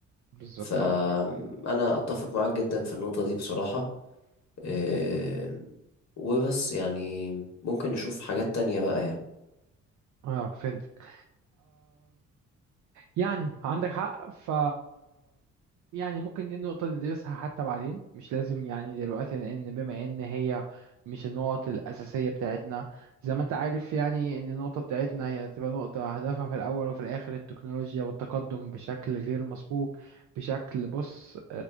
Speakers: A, on the right; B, on the left.
A: بالظبط
B: فأنا
A: عندك حق
B: أتفق معاك جدا في النقطة دي بصراحة آه، وبس يعني ممكن نشوف حاجات تانية بقى يعني
A: اه فهمتك يعني عندك حق ف يعني ممكن دي النقطة ندرسها حتى بعدين مش لازم يعني دلوقتي لأن بما إن هي مش النقط الأساسية بتاعتنا زي ما أنت عارف يعني إن النقطة بتاعتنا هي تبقى نقطة هدفها في الأول وفي الآخر التكنولوجيا والتقدم بشكل غير مسبوق بشكل بص آه،